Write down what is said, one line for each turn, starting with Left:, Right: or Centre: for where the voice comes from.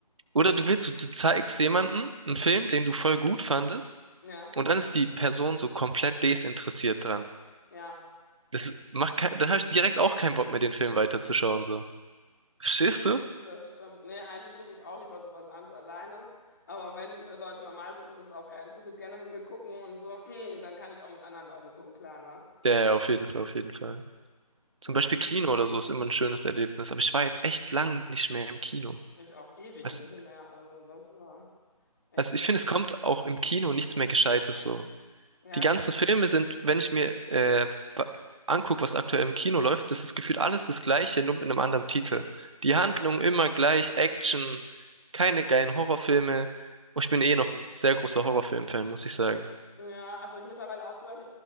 Right: oder du willst, du, du zeigst jemanden einen Film, den du voll gut fandest,
Left: Ja,
Right: und dann ist die Person so komplett desinteressiert dran.
Left: ja.
Right: Das macht kein, dann habe ich direkt auch keinen Bock mehr, den Film weiterzuschauen, so. Verstehst du?
Left: Das stimmt. Nee, eigentlich gucke ich auch lieber sowas abends alleine. Aber wenn äh, Leute normal sind und das auch eher interessiert, gerne mit mir gucken und so, <clears throat> dann kann ich auch mit anderen Leuten gucken, klar, ne?
Right: Ja, ja, auf jeden Fall, auf jeden Fall. Zum
Left: Ja,
Right: Beispiel Kino oder so ist immer ein schönes Erlebnis. Aber ich war jetzt echt lang nicht mehr im Kino.
Left: ich auch ewig
Right: Also,
Left: nicht mehr. Also das war echt
Right: also ich
Left: schon.
Right: finde, es kommt auch im Kino nichts mehr Gescheites so.
Left: Ja,
Right: Die ganzen
Left: das stimmt.
Right: Filme sind, wenn ich mir äh, wa- anguck, was aktuell im Kino läuft, das ist gefühlt alles das Gleiche, nur mit einem anderen Titel. Die
Left: Ja.
Right: Handlung immer gleich, Action, keine geilen Horrorfilme. Oh, ich bin eh noch ein sehr großer Horrorfilm-Fan, muss ich sagen.
Left: Ja, also ich mittlerweile auch früher hatte